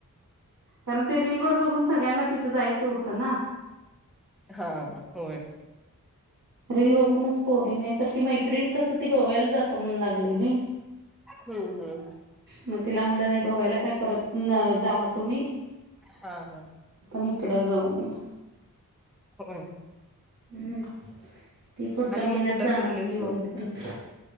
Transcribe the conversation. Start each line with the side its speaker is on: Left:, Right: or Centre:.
Right: कारण ते रिलवर बघून सगळ्यांना तिथं जायचं होतं ना.
Centre: हां होय.
Right: रिल बघूनच पोरी नाहीतर ती मैत्रीण कसं ती गोव्याला जातो म्हणून लागलेली
Centre: हम्म हम्म
Right: म तिला म्हणलं नाही गोव्याला काय परत न जावा तुम्ही
Centre: हा हा
Right: हिकडं जाऊन या
Centre: होय.
Right: हं ती पुढच्या
Centre: आणि
Right: महिन्यात
Centre: मग कुठं
Right: जाणारं
Centre: फिरलेस
Right: म्हणली,
Centre: मग
Right: गोव्याला परत